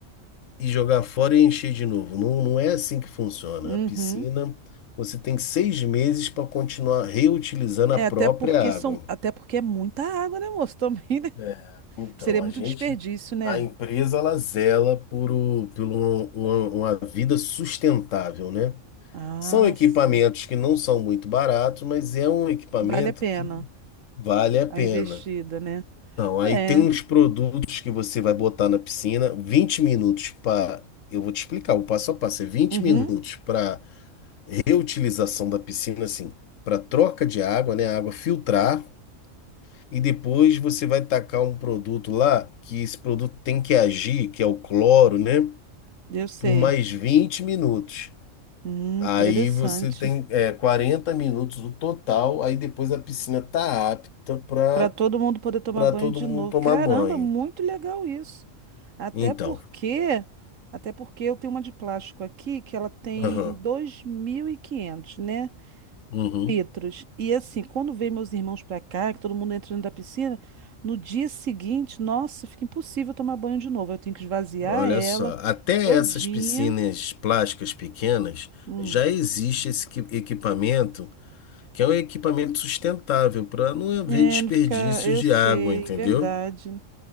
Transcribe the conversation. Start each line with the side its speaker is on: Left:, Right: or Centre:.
Left: e jogar fora e encher de novo. Não, não é assim que funciona.
Right: Uhum.
Left: A piscina, você tem seis meses para continuar reutilizando
Right: É,
Left: a própria
Right: até porque
Left: água.
Right: são, até porque é muita água, né, moço? <laughs> Também, né?
Left: É, então,
Right: Seria
Left: a
Right: muito
Left: gente,
Right: desperdício, né?
Left: a empresa, ela zela por, o, por um- uma, uma vida sustentável, né?
Right: Ah,
Left: São equipamentos
Right: sim.
Left: que não são muito baratos, mas é um equipamento
Right: Vale a pena
Left: que vale a pena.
Right: a investida, né?
Left: Então, aí
Right: É.
Left: tem uns produtos que você vai botar na piscina, 20 minutos para. Eu vou te explicar, o passo a passo é vinte
Right: Uhum.
Left: minutos para reutilização da piscina, assim, para troca de água, né? A água filtrar. E depois você vai tacar um produto lá, que esse produto tem que agir, que é o cloro, né?
Right: Eu sei.
Left: Por mais 20 minutos.
Right: Hum,
Left: Aí
Right: interessante.
Left: você tem é, 40 minutos no total, aí depois a piscina tá apta para
Right: Para todo mundo poder tomar
Left: para
Right: banho
Left: todo
Right: de
Left: mundo
Right: novo.
Left: tomar
Right: Caramba,
Left: banho.
Right: muito legal isso. Até
Left: Então,
Right: porque, até porque eu tenho uma de plástico aqui que ela tem
Left: aham,
Right: 2.500, né,
Left: uhum,
Right: litros. E assim, quando vem meus irmãos para cá, que todo mundo entra dentro da piscina, no dia seguinte, nossa, fica impossível tomar banho de novo. Eu tenho que esvaziar
Left: olha
Right: ela
Left: só, até
Right: todinha.
Left: essas piscinas plásticas pequenas
Right: Hum.
Left: já existe esse equi- equipamento, que é um equipamento sustentável para não haver
Right: É,
Left: desperdício
Right: não fica, eu
Left: de
Right: sei,
Left: água, entendeu?
Right: verdade.